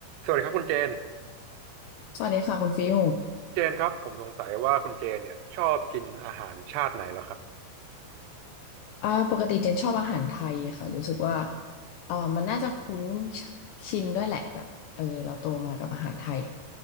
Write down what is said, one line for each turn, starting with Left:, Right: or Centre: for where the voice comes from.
Right: สวัสดีครับคุณเจน
Left: สวัสดีค่ะคุณฟิว
Right: เจนครับผมสงสัยว่าคุณเจนเนี่ยชอบกินอาหารชาติไหนเหรอครับ
Left: อ่าปกติเจนชอบอาหารไทยค่ะรู้สึกว่าเออมันน่าจะคุ้นชินด้วยแหละแบบเออเราโตมากับอาหารไทย